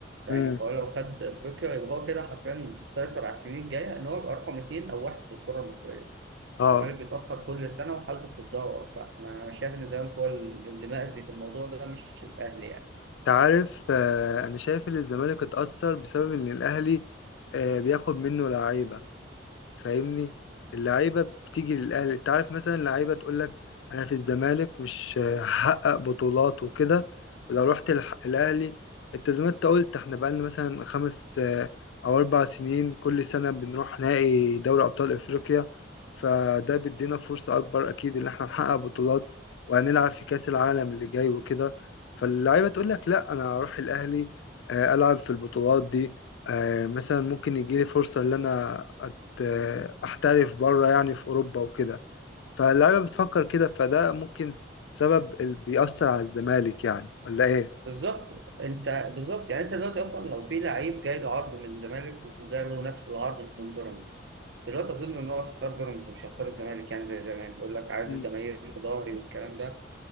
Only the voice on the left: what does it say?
امم
اه
انت عارف آه، انا شايف ان الزمالك اتأثر بسبب ان الاهلي آه، بياخد منه لعيبة فاهمني اللعيبه بتيجي للاهلي انت عارف مثلا اللعيبه تقول لك انا في الزمالك مش هحقق بطولات وكده ولو رحت الح- الاهلي انت زي ما انت قلت احنا بقالنا مثلا خمس آه، او اربع سنين كل سنه بنروح نهائي دوري ابطال افريقيا فده بيدينا فرصه اكبر اكيد ان احنا نحقق بطولات وهنلعب في كاس العالم اللي جاي وكده فاللعيبه تقول لك لا انا هروح الاهلي آه، العب في البطولات دي آه، مثلا ممكن يجيلي فرصه ان انا آه، احترف بره يعني في اوروبا وكده فاللعيبه بتفكر كده فده ممكن سبب اللي بيأثر على الزمالك يعني ولا ايه
مم.